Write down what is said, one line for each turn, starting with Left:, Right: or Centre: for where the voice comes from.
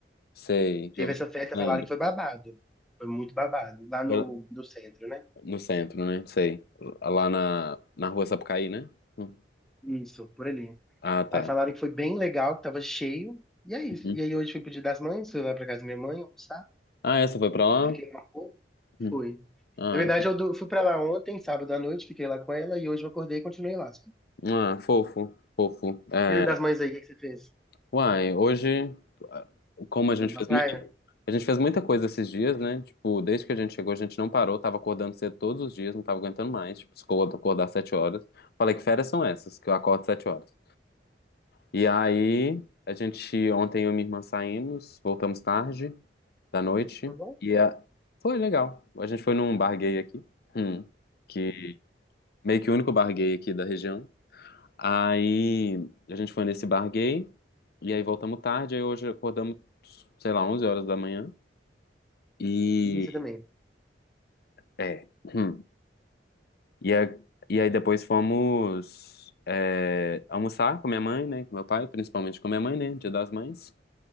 Left: sei, já
Centre: Teve
Left: ouvi,
Centre: essa festa,
Left: lembro.
Centre: falaram que foi babado. Foi muito babado, lá no,
Left: Foi
Centre: no centro, né?
Left: No centro, né? Sei. Lá na, na rua Sapucaí, né? Hum.
Centre: Isso, por ali.
Left: Ah, tá.
Centre: Aí falaram que foi bem legal, que tava cheio. E é isso.
Left: Uhum.
Centre: E aí hoje fui pro Dia das Mães, fui lá pra casa da minha mãe, almoçar.
Left: Ah, essa foi pra lá?
Centre: Fiquei lá um pouco,
Left: Hum.
Centre: fui.
Left: Ah,
Centre: Na verdade,
Left: que-
Centre: eu do- fui pra lá ontem, sábado à noite, fiquei lá com ela e hoje eu acordei e continuei lá. sabe?
Left: ah, fofo, fofo. É.
Centre: Dia das Mães aí, o que que você fez?
Left: Uai, hoje, como
Centre: Você
Left: a gente
Centre: foi pra
Left: fez
Centre: praia?
Left: muito, a gente fez muita coisa esses dias, né? Tipo, desde que a gente chegou, a gente não parou, tava acordando cedo todos os dias, não tava aguentando mais. Tipo, ficou acordar às sete horas. Falei que férias são essas, que eu acordo às sete horas. E aí, a gente, ontem eu e minha irmã saímos, voltamos tarde da noite,
Centre: Tá bom?
Left: e a- foi legal. A gente foi num bar gay aqui, hum, que meio que o único bar gay aqui da região. Aí a gente foi nesse bar gay, e aí voltamos tarde, aí hoje acordamos, sei lá, 11 horas da manhã. E
Centre: Isso também.
Left: é. hum. E, aí- e aí depois fomos é, almoçar com minha mãe, né? Com meu pai, principalmente com minha mãe, né? Dia das Mães.